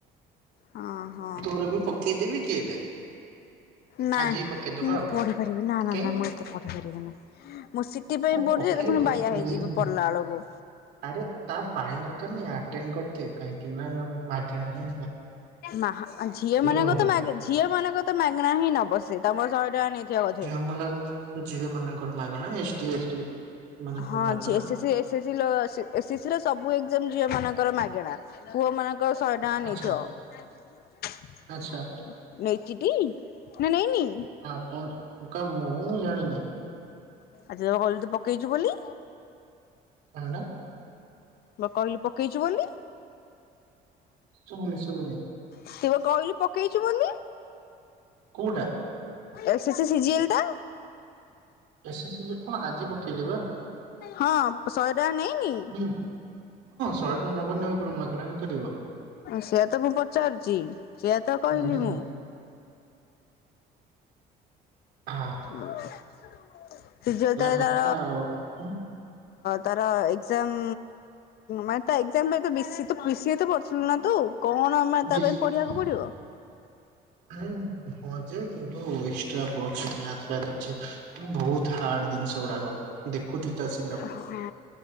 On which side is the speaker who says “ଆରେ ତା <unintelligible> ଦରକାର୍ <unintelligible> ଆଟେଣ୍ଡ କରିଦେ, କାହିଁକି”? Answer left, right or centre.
Right